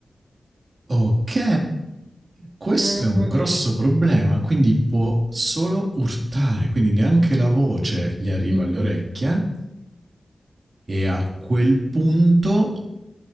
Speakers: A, on the right; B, on the right.
A: Ok, questo
B: Mm,
A: è un
B: mm.
A: grosso problema, quindi può solo urtare, quindi neanche la voce gli arriva
B: Mhm.
A: alle orecchie e a quel punto